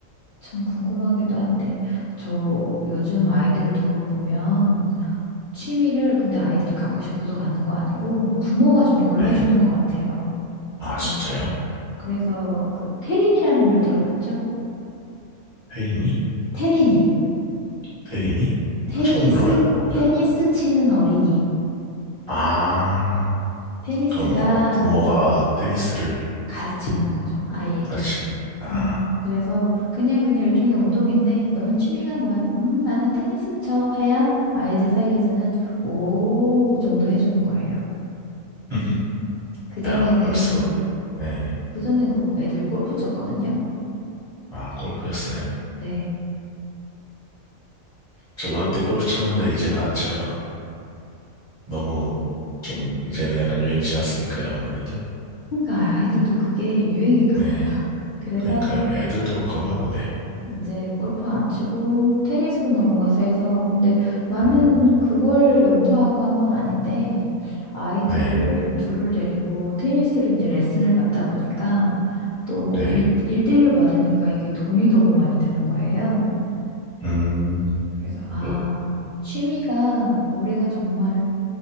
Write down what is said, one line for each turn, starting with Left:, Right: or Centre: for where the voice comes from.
Left: 참 궁금하기도 한데, 저 요즘 아이들도 보면 취미를 근데 아이들이 갖고 싶어서 갖는 거 아니고 부모가 좀 골라주는
Right: 네.
Left: 것 같아요.
Right: 아,
Left: 그래서
Right: 진짜요?
Left: 그래서 그 테린이라는 말 들어봤죠?
Right: 태린이?
Left: 테린이
Right: 태린이?
Left: 테니스
Right: 아, 처음 들어봐요, 오늘.
Left: 테니스 치는 어린이
Right: 아,
Left: 테니스가
Right: 그럼 어, 부모가 테니스를
Left: 가르치는 거죠 아이에게.
Right: 가르치는, 아,
Left: 음 그래서 그냥 그냥 일종의 운동인데 너는 취미가 뭐야? 음 나는 테니스 쳐 해야 아이들 사이에서는 오 정도 해주는 거예요.
Right: <laughs>
Left: 그 전에는
Right: 야, 벌써, 네.
Left: 그 전에 그 애들 골프 쳤거든요.
Right: 아, 골프였어요?
Left: 네.
Right: 저도 한때 골프 쳤는데 이제는 안 쳐요. 너무 좀 이제는 약간 유행 지났으니까요, 아무래도.
Left: 그러니까 아이들도 그게 유행인가
Right: 네.
Left: 봐요. <laughs> 그래서
Right: 그러니까요. 애들도 그런가 보네요.
Left: 이제 골프 안 치고 테니스로 넘어가서 해서 근데 나는
Right: 음,
Left: 그걸 염두하고 한 건 아닌데 아이들
Right: 네,
Left: 둘을 데리고 테니스를 이제 레슨을 받다 보니까 또
Right: 네.
Left: 일, 일대일로 받으니까 이게 돈이 너무 많이 드는 거예요.
Right: 음,
Left: 그래서 아,
Right: 그,
Left: 취미가 우리가 정말